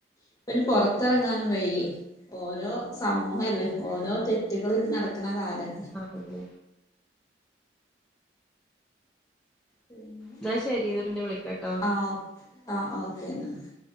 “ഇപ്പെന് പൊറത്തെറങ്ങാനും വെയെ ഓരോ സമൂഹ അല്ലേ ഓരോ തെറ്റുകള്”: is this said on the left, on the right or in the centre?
Left